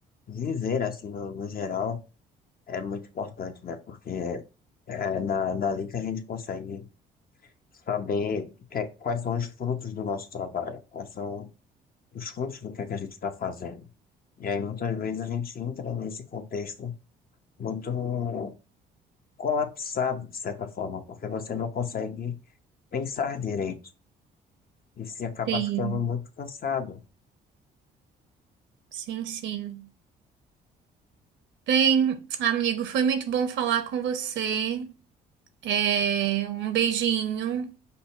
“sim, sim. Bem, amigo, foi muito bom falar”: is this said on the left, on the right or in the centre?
Right